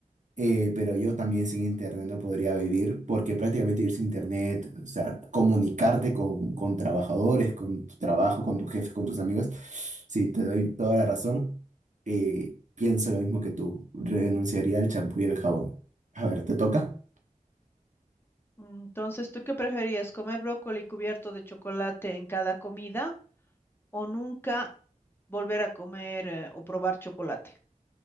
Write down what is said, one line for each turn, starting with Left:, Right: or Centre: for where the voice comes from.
Right: Eh, pero yo también sin internet no podría vivir, porque prácticamente vivir sin internet, o sea, comunicarte con, con trabajadores, con tu trabajo, con tus jefes, con tus amigos, sí, te doy toda la razón. Eh, pienso lo mismo que tú, renunciaría al champú y el jabón. A ver, ¿te toca?
Left: Entonces, ¿tú qué preferías? ¿Comer brócoli cubierto de chocolate en cada comida o nunca volver a comer eh, o probar chocolate?